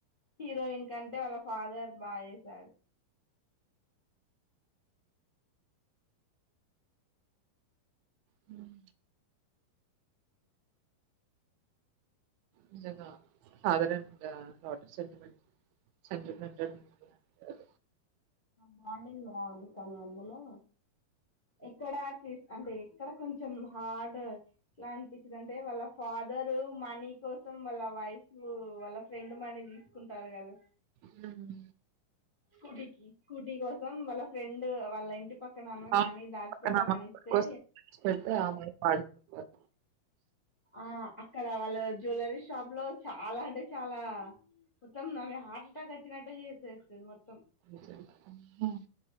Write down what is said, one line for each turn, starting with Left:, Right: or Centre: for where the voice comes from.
Left: హీరోయిన్ కంటే వాళ్ళ ఫాదర్ బాగా చేసాడు
Right: హ్మ్ నిజంగా ఫాదర్ అండ్ డాటర్ సెంటిమెంట్ స <unintelligible>
Left: బాండింగ్ బాగుంది తను అందులో ఇక్కడ లీజ్ అంటే ఇక్కడ కొంచెం హార్డ్ ఎలా అనిపించింది అంటే వాళ్ళ ఫాదర్ మనీ కోసం వాళ్ళ వైఫ్ వాళ్ళ ఫ్రెండ్ మనీ తీసుకుంటారు కదా
Right: హ్మ్.
Left: స్కూటీకి స్కూటీ కోసం వాళ్ళ ఫ్రెండ్ వాళ్ళ ఇంటి ఇంటి పక్కనమే
Right: ఆ!
Left: మణి దాచి
Right: పక్కన
Left: పెట్టమనిస్తే
Right: అమ్మాయి కోసం తెచ్చిపెడితే ఆ అమ్మాయి పాడుతున్నారు
Left: ఆ అక్కడ వాళ్ళు జ్యువెలరీ షాప్ లో చాలా అంటే చాలా మొత్తం ఆమె హార్ట్ అటాక్ వచ్చినట్టటు చేసేస్తుంది మొత్తం
Right: నిజంగా. హ్మ్.